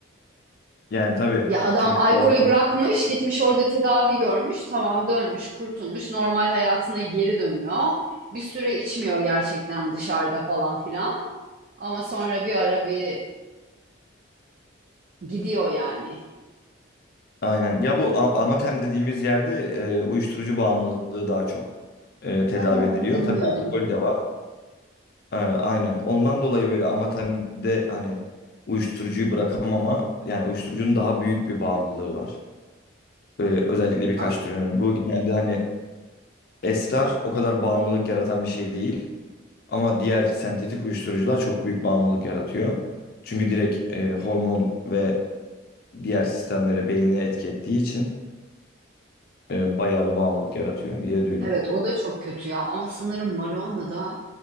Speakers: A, on the left; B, on the right.
A: Yani tabii.
B: Ya adam
A: Çünkü
B: alkolü
A: kolay
B: bırakmış, gitmiş orada tedavi görmüş, tamam dönmüş, kurtulmuş, normal hayatına geri dönüyor. Bir süre içmiyor gerçekten dışarıda falan filan. Ama sonra bir ara bir gidiyor yani.
A: Aynen. Ya bu a- Amatem dediğimiz yerde e, uyuşturucu bağımlılığı daha çok e, tedavi
B: Ha,
A: ediliyor.
B: bilmiyordum.
A: Tabii alkol de var. E, aynen. Ondan dolayı böyle Amatem'de hani uyuşturucuyu bırakamama yani uyuşturucunun daha büyük bir bağımlılığı var. E, özellikle birkaç
B: A-
A: türünün. Bu genelde hani esrar o kadar bağımlılık yaratan bir şey değil. Ama diğer sentetik uyuşturucular çok büyük bağımlılık yaratıyor. Çünkü direkt e, hormon ve diğer sistemlere beynine etki ettiği için. e, bayağı bir bağımlılık yaratıyor diye duydum.
B: Evet o da çok kötü ya ama sanırım marijuana da